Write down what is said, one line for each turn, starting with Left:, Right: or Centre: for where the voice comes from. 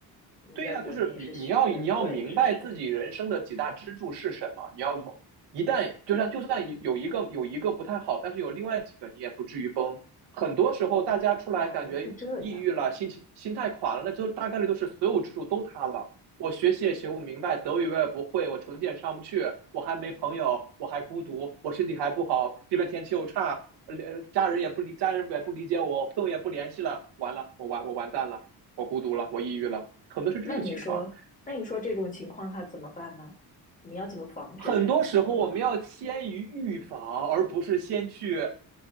Left: 你在国内也是学，
Right: 对呀，啊就是你你要你要明白自己人生的几大支柱是什么，
Left: 在国外也是学。
Right: 你要从一旦就算就算有一个有一个不太好，但是有另外几个你也不至于崩。很多时候大家出来感觉抑郁了，
Left: 哦，是这样。
Right: 心情心态垮了，那就大概率都是所有支柱都塌了。我学习也学不明白，德语我也不会，我成绩也上不去，我还没朋友，我还孤独，我身体还不好，这边天气又差，呃，家人也不理，家人也不理解我，朋友也不联系了，完了，我完我完蛋了，我孤独了，我抑郁了。可能是这种情况。
Left: 那你说，那你说这种情况他怎么办呢？你要怎么防止这种情况呢？
Right: 很多时候我们要先于预防，而不是先去